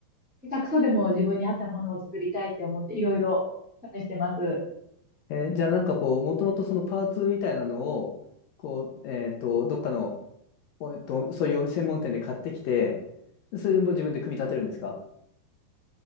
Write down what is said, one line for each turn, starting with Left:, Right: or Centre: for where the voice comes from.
Centre: 下手くそでも自分に合ったものを作りたいって思って、いろいろ試してます。
Left: えーじゃあなんかこう、もともとそのパーツみたいなのを、こう、えっと、どっかの、おえっと、そういう専門店で買ってきて、それでもう自分で組み立てるんですか